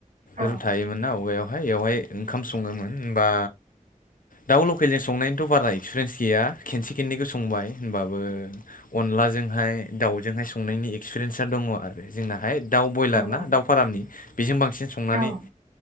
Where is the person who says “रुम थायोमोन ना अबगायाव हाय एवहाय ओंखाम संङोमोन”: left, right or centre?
Left